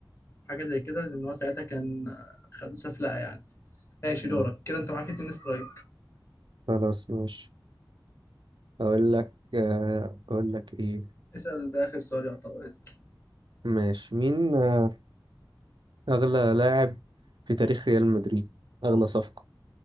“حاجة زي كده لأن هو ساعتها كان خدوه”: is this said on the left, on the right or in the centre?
Left